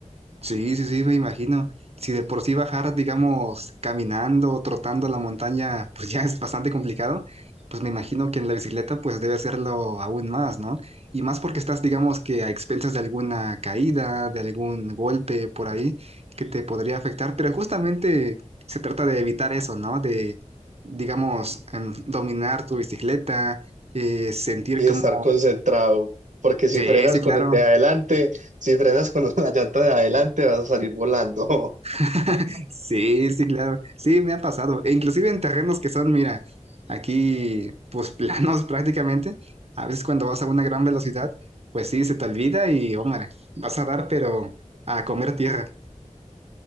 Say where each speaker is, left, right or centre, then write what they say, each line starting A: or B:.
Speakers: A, on the right; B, on the right.
A: Sí, sí, sí, me imagino. Si de por sí bajar, digamos, caminando o trotando la montaña, pues ya es bastante complicado, pues me imagino que en la bicicleta pues debe serlo aún más, ¿no? Y más porque estás, digamos, que a expensas de alguna caída, de algún golpe por ahí que te podría afectar, pero justamente se trata de evitar eso, ¿no? De, digamos, em, dominar tu bicicleta, eh, sentir
B: y
A: como...
B: estar concentrado, porque si
A: Sí,
B: frenas
A: sí, claro.
B: con el de adelante, si frenas con <laughs> la llanta de adelante, vas a salir volando. <laughs>
A: <laughs> Sí, sí, claro. Sí, me ha pasado. E inclusive en terrenos que son, mira, aquí, pues planos <laughs> prácticamente. A veces cuando vas a una gran velocidad, pues sí, se te olvida y, hombre, vas a dar, pero a comer tierra.